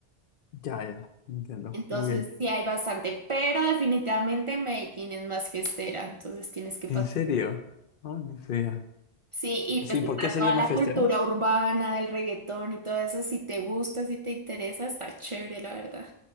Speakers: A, on the left; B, on the right.
A: Ya, ya, entiendo.
B: Entonces
A: Muy bien.
B: sí hay bastante, pero definitivamente Medellín es más fiestera, entonces tienes que
A: ¿En
B: pasar.
A: serio? Ay, mi tía.
B: Sí, y
A: Sí,
B: pues
A: ¿por
B: está
A: qué sería
B: toda
A: más
B: la
A: fiestera?
B: cultura urbana del reggaetón y todo eso, si te gusta, si te interesa, está chévere, la verdad.